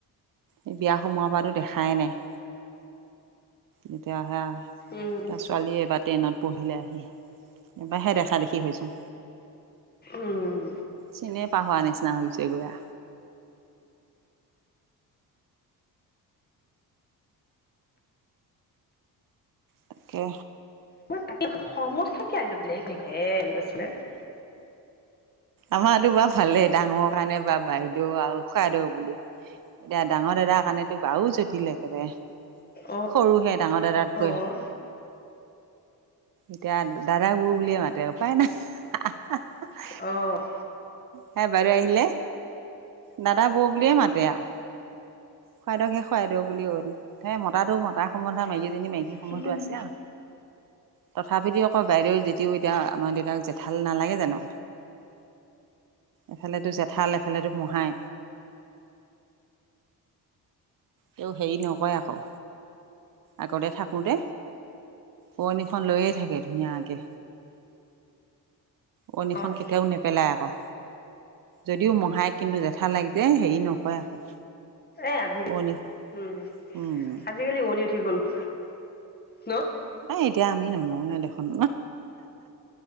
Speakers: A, on the right (about 60°); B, on the left (about 25°).
A: এই বিয়া সোমোৱা পৰাতো দেখাই নাই। যেতিয়া আহে আ,
B: উম
A: তাৰ ছোৱালীয়ে এবাৰ টেইনত পঢ়িলে আহি। এইবাৰহে দেখা দেখি হৈছোঁ।
B: উম
A: চিনিয়ে পাহৰা নিচিনা হৈছে গৈ আ। তাকে।
B: মই তাকে ভাবোঁ সমত থাকে আইডে বেলেগ বেলেগ হে আছে।
A: আমাৰটো বা ভালেই ডাঙৰ কাৰণে বা বাই দেউ আৰু খুৱাইদেও বুলি, এতিয়া ডাঙৰ দাদাৰ কাৰণেতো বাৰু জটিল একেবাৰে।
B: অ'
A: সৰুহে ডাঙৰ দাদাতকৈ।
B: অ'
A: এতিয়া দাদাই বৌ বুলিয়ে মাতে, উপায় নাই।
B: অ'।
A: হেই বাইদেউ আহিলে দাদা বৌ বুলিয়ে মাতে আৰু। খুৱাইদেউক হে খুৱাইদেউ বুলি হ'ল, সেই মতাটো মতাৰ সম্বন্ধ আ, মাইকীজনীক মাইকী।
B: উম
A: সমন্ধ আছে। তথাপিটো আকৌ বাইদেও যেদিও এতিয়া আমাৰ দেউতাক যে ভাল নালাগে জানো? এফালেতো জেঠাল, এফালেতো মহাই। তেওঁ হেৰি নকয় আকৌ। আগতে থাকোতে উৰণিখন লৈয়ে থাকে ধুনীয়াকে। উৰণিখন
B: অ'
A: কেতিয়াও নে পেলাই আকৌ, যদিও মহায়েক কিন্তু জেঠালেক যে হেৰি নকৰে আকৌ।
B: এ, আজি
A: ওৱনি
B: উম,
A: উম
B: আজিকালি উৰণি উঠি গ'ল। ন
A: এ, এতিয়া আমি নলৱে দেখোন।